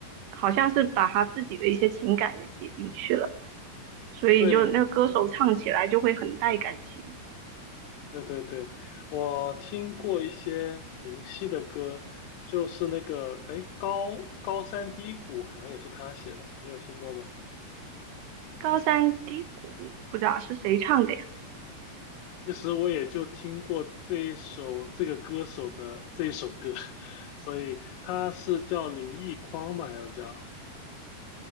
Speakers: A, on the right; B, on the left.
A: 好像是把他自己的一些情感也写进去了。所以就那个歌手唱起来就会很带感情。
B: 对对对对，我听过一些明晰的歌，就是那个哎高高山低谷好像也是他写的，你有听过吗？
A: 高山低谷不知道是谁唱的呀？
B: 其实我也就听过这一首这个歌手的这一首歌，<laughs> 所以他是叫林奕匡吧，好像叫。